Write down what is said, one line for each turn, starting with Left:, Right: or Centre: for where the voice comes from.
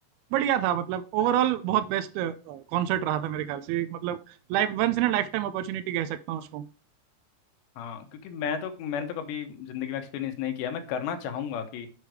Right: बढ़िया था मतलब ओवरऑल बहुत बेस्ट कॉन्सर्ट रहा था मेरे ख्याल से एक मतलब life once in lifetime opportunity कह सकता हूँ उसको
Left: हाँ क्योंकि मैं तो मैंने तो कभी जिंदगी में एक्सपीरियंस नहीं किया मैं करना चाहूंगा कि